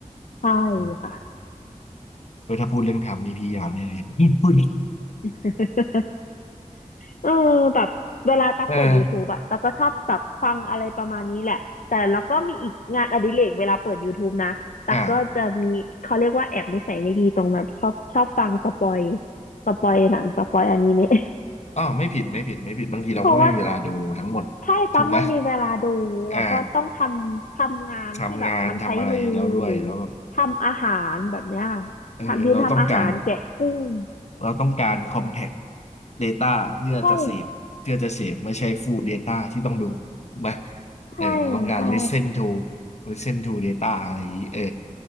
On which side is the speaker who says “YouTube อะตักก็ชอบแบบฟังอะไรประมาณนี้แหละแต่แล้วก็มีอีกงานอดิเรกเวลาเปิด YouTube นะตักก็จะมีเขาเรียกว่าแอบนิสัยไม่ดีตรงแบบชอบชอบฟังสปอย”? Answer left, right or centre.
Left